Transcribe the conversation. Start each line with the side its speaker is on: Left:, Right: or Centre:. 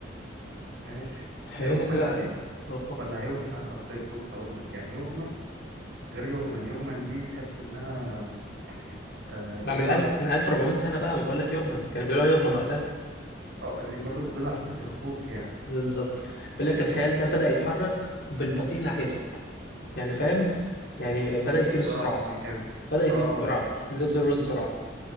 Right: ماشي
Left: هيقول
Right: هيغمن
Left: لك ايه بقى
Right: عليه
Left: هو-
Right: ولا هيغمى اصل بص هقول لك يعني يغمى غير يغمن يغمن دي تحس انها آه
Left: ما
Right: اللي
Left: من
Right: هو
Left: ألف من 1400 سنة بقى ما بقول لك يغمن كانوا بيقولوها يغمن وقتها
Right: اه دي برضه بتدل على شدة الخوف يعني
Left: بالظبط بيقول لك الخيال ده بدأ يتحرك بالبطيء ناحيته يعني فاهم يعني بدأ يسيب السرعة
Right: سرعة مثلا كام
Left: بدأ يسيب
Right: اه
Left: السرعة
Right: ماشي
Left: يسيب زر السرعة